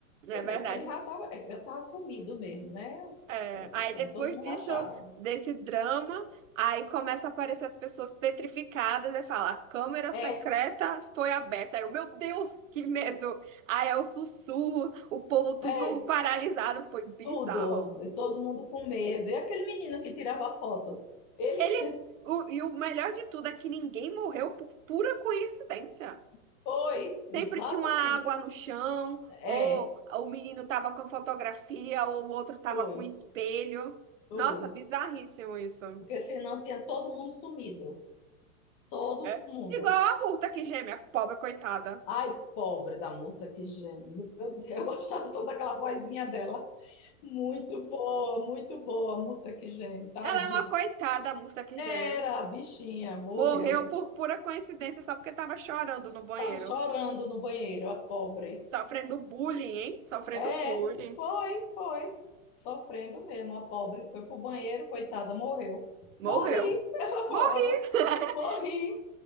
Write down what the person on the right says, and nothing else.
É
verdade.
É,
aí depois
disso,
desse drama, aí começa a aparecer as pessoas petrificadas e fala, a câmera
secreta foi aberta. Aí eu, meu Deus, que medo! Aí é o sussurro, o povo tudo
paralisado, foi bizarro.
Eles. o- e o melhor de tudo é que ninguém morreu por pura coincidência.
Sempre
tinha uma água no chão, ou
o menino tava com fotografia, ou o outro tava
com espelho.
Nossa, bizarríssimo isso.
É.
Igual a Murta que geme, a pobre coitada.
Ela é uma coitada, a Murta que
geme.
Morreu por pura coincidência só porque tava chorando no banheiro.
Sofrendo bullying, hein? Sofrendo
bullying.
Morreu.
Morreu. <laughs>